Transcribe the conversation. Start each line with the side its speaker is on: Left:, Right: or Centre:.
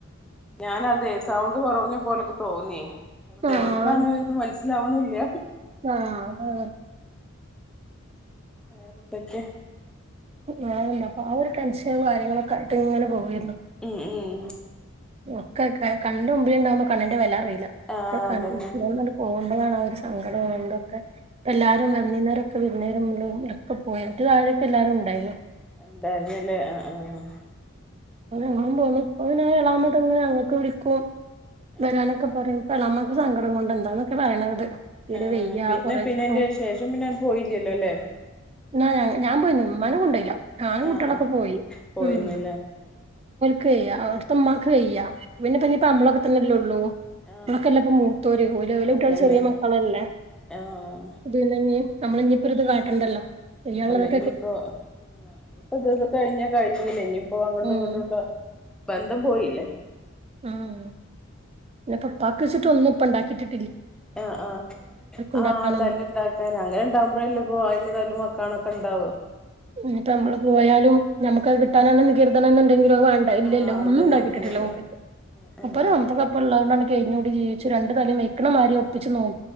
Centre: ഞാന് അതെ സൗണ്ട് കുറവിന് പോലൊക്കെ തോന്നിയാ. അവിടെ
Right: ആഹ്
Centre: എവിടുന്നാണ് എന്ന് മനസിലാവണില്ല.
Right: ആഹ് ഉം
Centre: വേറെ എന്തൊക്കെ
Right: ഞാനല്ലപ്പാ ആ ഒരു ടെൻഷനും കാര്യങ്ങളൊക്കെ ആയിട്ട് ഇങ്ങനെ പോവല്ലേ.
Centre: ഉം ഉം
Right: ഒക്കെ ക കണ്ണിന്റെ മുമ്പിൽ ഉണ്ടാവുമ്പോ കണ്ണിന്റെ വില അറി ഒക്കെ
Centre: ആഹ്
Right: കണ്ണിന്റെ
Centre: അതന്നെ
Right: മുന്നീന്ന് അങ്ങ് പോകുമ്പോളാണ് ആ ഒരു സങ്കടമുണ്ട് ഒക്കെ. ഇപ്പ എല്ലാരും വന്നേരം ഒക്കെ വരുന്നേര മുന്നേ ഒക്കെ പോയിട്ട് ആദ്യയൊക്കെ എല്ലാരും ഉണ്ടായിരുന്നു.
Centre: ഉണ്ടായിരുന്നില്ലേ ആഹ് ആഹ്.
Right: അതാ ഞങ്ങളും പോന്ന് അവൻ <unintelligible>
Centre: ഉം ഉം
Right: അങ്ങനെ ഞങ്ങൾക്ക് വിളിക്കും.
Centre: ആഹ്
Right: വരാനൊക്കെ പറയും എളമ്മക്ക്
Centre: ആഹ്
Right: സങ്കടം കൊണ്ട് എന്താന്നൊക്കെ പറയണത്. തീരെ
Centre: ആഹ്
Right: വെയ്യ
Centre: പിന്നെ
Right: കൊറേസം
Centre: പിന്നെ എന്റെ ശേഷം പിന്നെ പോയില്ലല്ലോ.
Right: എന്നാ ഞാ ഞാൻ പോയിന്ന് ഉമ്മനെ കൊണ്ടയില്ല ഞാനും
Centre: ആഹ്
Right: കുട്ടികളൊക്കെ
Centre: ആഹ്
Right: പോയി
Centre: പോയിന്നില്ലേ
Right: ഉം.
Centre: ഉം
Right: ക്യ അവുടെത്തെ ഉമ്മാക്ക് വയ്യാ പിന്നെ <unintelligible> നമ്മളെയൊക്കെ തന്നെല്ലേ ഉള്ളൂ.
Centre: ഉം
Right: നമ്മളൊക്കെല്ല ഇപ്പ മൂത്തോര് ഓലോല്
Centre: ആഹ്
Right: കുട്ടികൾ
Centre: അതന്നെ
Right: ചെറിയ മക്കളല്ലേ.
Centre: ആഹ്
Right: ഇത് തന്നെയല്ലേ നമ്മള് ഇനിയിപ്പോ ഇത് <unintelligible> ചെയ്യാനുള്ളത്.
Centre: ഇനിയിപ്പോ ഇപ്പൊ ഇത് കഴിഞ്ഞാ കഴിഞ്ഞല്ല ഇനിയിപ്പോ അങ്ങോട്ടും
Right: ഉം
Centre: ഇങ്ങോട്ടുള്ള. ബന്ധം പോയില്ലേ
Right: ഉം ഇപ്പൊപ്പകിച്ചിട്ട് ഒന്നുംപ്പണ്ടാക്കിട്ടി
Centre: ആഹ് ആഹ്
Right: ഉണ്ടാക്കാനൊന്നും
Centre: ആഹ് തല്ലല്ണ്ടാക്കാൻ അങ്ങനെ ഇണ്ടാവ്മ്പോഴല്ലെപ്പോയിന് തല്ലുംമക്ക <unintelligible> ക്കണ്ടവ
Right: ഉം പ്പ നമ്മള് പോയാലും ഞമ്മക്ക്ത് കിട്ടാനാണ് നികീർത്തന <unintelligible> എന്തെങ്കിലത്വണ്ടെ ഇല്ലല്ലോ
Centre: ആഹ് അതന്നെ
Right: ഒന്നുണ്ടാക്കട്ടിട്ടില്ല
Centre: അതൊന്നുല്ല
Right: മുപ്പ
Centre: ആഹ്
Right: <unintelligible> കയിഞ്ഞുടി ജീവിച് രണ്ട് തലേം മേക്ണ മാരി ഒപ്പിച്ചു നോ